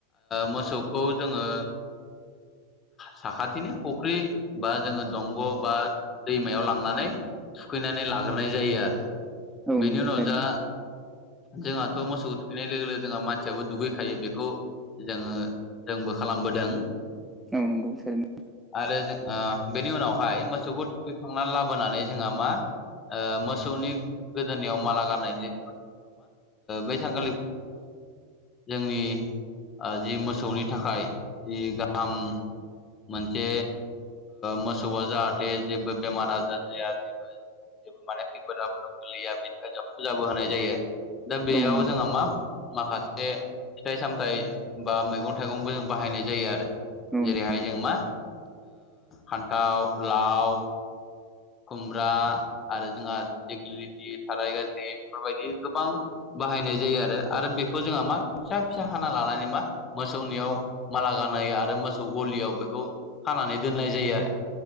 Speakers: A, on the left; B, in the centre.
A: मोसौखौ जोङो साखाथिनि फुख्रि बा जोङो दंग बा याव लांनानै थुखैनानै लाग्रोनाय जायो आरो
B: औ
A: बेनि
B: नंगौ
A: उनाव
B: थारैनो
A: जा जोंहाथ' मोसौखौ थुखैनाय लोगो लोगो जोंहा मानसियाबो दुगैखायो बेखौ जोङो जोंबो खालामबोदों
B: औ नंगौ थारैनो
A: आरो जों बेनि उनावहाय मोसौखौ थुखैखांनानै लाबोनानै जोंहा मा मोसौनि गोदोनायाव माला गाननायनि बै सान खालि जोंनि जि मोसौनि थाखाय जि गाहाम मोनसे मोसौआ जाहाथे जेबो बेमार आजार जाया बेफोर जेबो माने खैफोद आफोदाव गोलैया बेनि थाखाय जों फुजाबो होनाय जायो दा बेयाव
B: औ नंगौ
A: जोंहा मा माखासे फिथाइ सामथाइ बा मैगं थाइगंबो जों बाहायनाय जायो आरो
B: औ
A: जेरैहाय
B: नंगौ
A: जों मा फान्थाव लाव खुमब्रा आरो जोंहा देग थाराय गाज्रि बेफोरबायदि गोबां बाहायनाय जायो आरो आरो बेखौ जोंहा मा फिसा फिसा हाना लानानै मा मोसौनियाव माला गानहोयो आरो मोसौ गलियाव बेखौ खानानै दोननाय जायो आरो